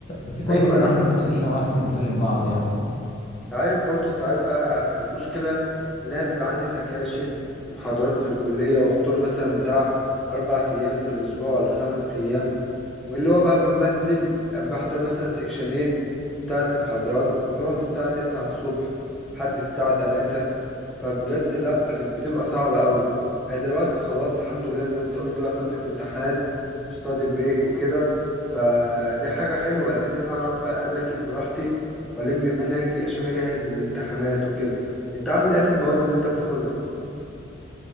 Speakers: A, on the left (about 35°); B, in the centre.
A: بس كويس
B: ايوه
A: ان
B: يا عم
A: احنا لقينا وقت نكلم بعض يعني
B: انت عارف برضو انت عارف بقى المشكلة اللي انا بيبقى عندي سكاشن ومحاضرات في الكلية وحضور مثلا بتاع اربع ايام في الاسبوع ولا خمس ايام واللي هو بقى بن- بنزل بحضر مثلا سكشنين وثلاث محاضرات فاللي هو من الساعة تسعة الصبح لحد الساعة 3 فبجد لا كانت بتبقى صعبة قوي أنا دلوقتي خلاص الحمد لله زي ما أنت قلت بقى فترة امتحانات ستادي بريك وكده فدي حاجة حلوة لأن أنا أعرف بقى أذاكر براحتي وألم منهجي عشان أجهز الامتحانات وكده أنت عامل إيه في المواد اللي أنت بتاخدها؟